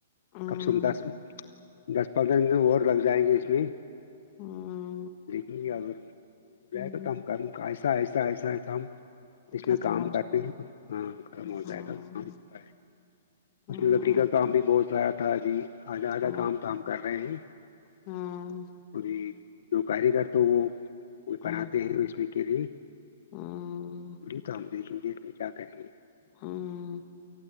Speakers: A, on the left (about 35°); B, on the left (about 65°).
A: ہمم
B: کم سے کم دس دس پندرہ منٹ اور لگ جائیں گے اس میں
A: ہاں
B: لیکھیںے اگر ہو جائے
A: ہمم
B: گا تو ہم ایسا ایسا ایسا ایسا ہم اس میں
A: ختم
B: کام
A: ہو جی
B: کرنے ہیں ہاں ختم ہو
A: ہاں
B: جائے گا کام اس
A: ہاں
B: میں لکڑی کا کام بھی بہت ساریا تھا جی آدھا آدھا
A: ہاں
B: کام کام کر رہے ہیں
A: ہاں
B: کوی جو کاریگر تو وہ وہ بناتے
A: ہاں
B: ہیں اس میں کے لیے
A: ہاں
B: تو ہم دیکھیں گے میں کیا کریں گے
A: ہوں